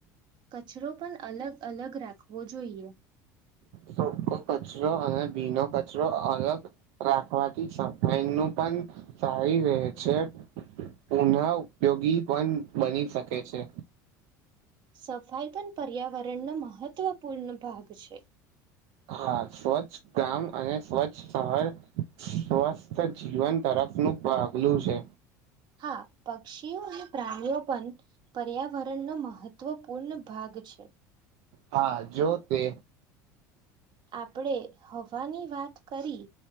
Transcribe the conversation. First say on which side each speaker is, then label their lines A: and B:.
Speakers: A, on the right; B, on the right.
A: કચરો પણ અલગ અલગ રાખવો જોઈએ.
B: સૂકો કચરો અને ભીનો કચરો અલગ રાખવાથી એનું પણ સારી રહે છે. પુનઃઉપયોગી પણ બની શકે છે.
A: સફાઈ પણ પર્યાવરણનો મહત્વપૂર્ણ ભાગ છે.
B: હા સ્વચ્છ ગામ અને સ્વચ્છ શહર સ્વસ્થ જીવન તરફ નું પગલું છે.
A: હા પક્ષીઓ અને પ્રાણીઓ પણ પર્યાવરણનો મહત્વપૂર્ણ ભાગ છે.
B: હા જો તે
A: આપણેે હવાની વાત કરી